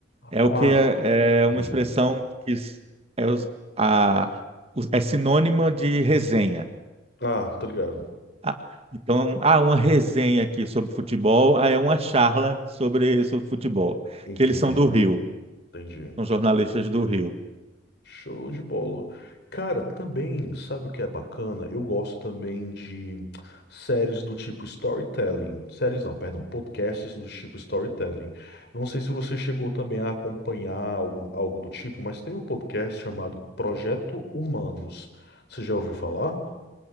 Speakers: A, on the right (about 30°); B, on the left (about 60°).
A: É
B: Ah,
A: o que é, é
B: entendi.
A: uma expressão que s- é, os- a, os- é sinônima de resenha.
B: Ah, tô ligado.
A: Ah, Então, há uma resenha aqui sobre futebol, aí é uma charla sobre, sobre futebol,
B: Entendi,
A: que eles são do Rio,
B: entendi.
A: são jornalistas do Rio.
B: Show de bola. Cara, também, sabe o que é bacana? Eu gosto também de séries do tipo storytelling. Séries não, perdão, podcasts do tipo storytelling. Não sei se você chegou também a acompanhar algo, algo do tipo, mas tem um podcast chamado Projeto Humanos. Você já ouviu falar?